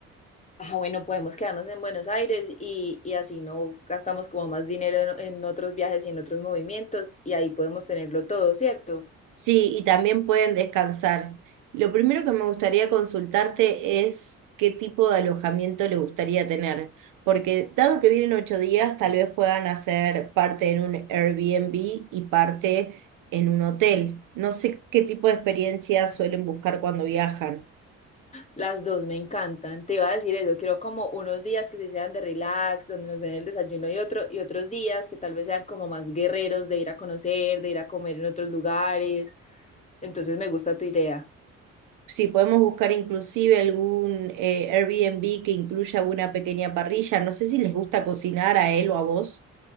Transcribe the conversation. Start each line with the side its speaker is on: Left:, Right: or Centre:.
Left: Ah, bueno, podemos quedarnos en Buenos Aires y, y así no gastamos como más dinero en, en otros viajes y en otros movimientos y ahí podemos tenerlo todo, ¿cierto?
Right: Sí, y también pueden descansar. Lo primero que me gustaría consultarte es qué tipo de alojamiento le gustaría tener, porque dado que vienen ocho días, tal vez puedan hacer parte en un Airbnb y parte en un hotel. No sé qué tipo de experiencia suelen buscar cuando viajan.
Left: Las dos me encantan. Te iba a decir eso. Quiero como unos días que se sean de relax, donde nos den el desayuno y otro, y otros días que tal vez sean como más guerreros de ir a conocer, de ir a comer en otros lugares. Entonces me gusta tu idea.
Right: Si podemos buscar inclusive algún eh, Airbnb que incluya una pequeña parrilla, no sé si les gusta cocinar a él o a vos.